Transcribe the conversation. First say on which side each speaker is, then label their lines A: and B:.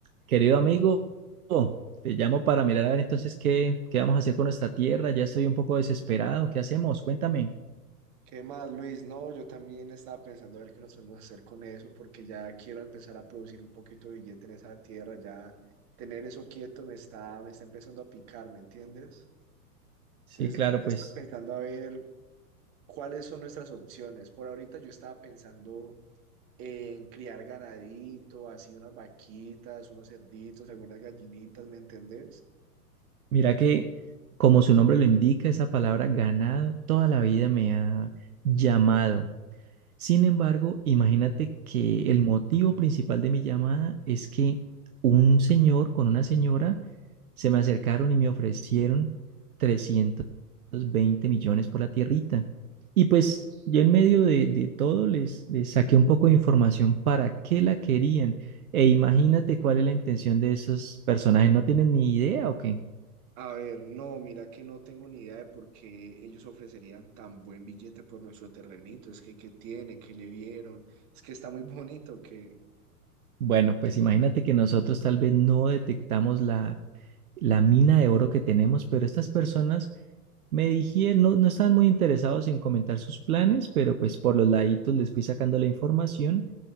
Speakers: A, on the right; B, on the right.
A: Querido amigo, te llamo para mirar a ver entonces qué, qué vamos a hacer con nuestra tierra. Ya estoy un poco desesperado. ¿Qué hacemos? Cuéntame.
B: ¿Qué más, Luis? No, yo también estaba pensando a ver qué nos podemos hacer con eso, porque ya quiero empezar a producir un poquito de billete en esa tierra, ya tener eso quieto me está, me está empezando a picar, ¿me entiendes?
A: Sí,
B: Entonces,
A: claro,
B: <laughs> estaba
A: pues
B: pensando a ver cuáles son nuestras opciones. Por ahorita yo estaba pensando en criar ganadito, así unas vaquitas, unos cerditos, algunas gallinitas, ¿me entendés?
A: mira que como su nombre lo indica, esa palabra ganado toda la vida me ha llamado. Sin embargo, imagínate que el motivo principal de mi llamada es que un señor con una señora se me acercaron y me ofrecieron 320 millones por la tierrita. Y pues yo en medio de, de todo les, les saqué un poco de información para qué la querían. E imagínate cuál es la intención de esos personajes. ¿No tienen ni idea o qué?
B: A ver, no, mira que no tengo ni idea de por qué ellos ofrecerían tan buen billete por nuestro terrenito. Es que, ¿qué tiene? ¿Qué le vieron? Es que está muy bonito, que
A: Bueno, pues imagínate que nosotros tal vez no detectamos la, la mina de oro que tenemos, pero estas personas Me dijeron, no, no estaban muy interesados en comentar sus planes, pero pues por los laditos les fui sacando la información